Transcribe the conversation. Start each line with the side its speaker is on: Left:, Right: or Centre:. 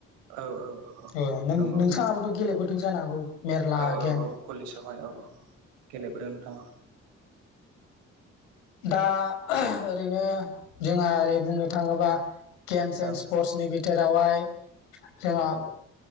Right: औ औ औ औ
Left: ओ नोंथाङाबोथ'
Right: नंगौ
Left: गेलेबोदों जानो हागौ मेरला
Right: औ
Left: गेम
Right: औ औ औ कलेज जहाय औ औ गेलेबोदों नोंथाङा
Left: दा ओरैनो जोंहा ओरै बुंनो थाङोबा गेम्स एन्ड
Right: औ
Left: स्पर्ट्सनि बिथोरावहाय जोंहा
Right: औ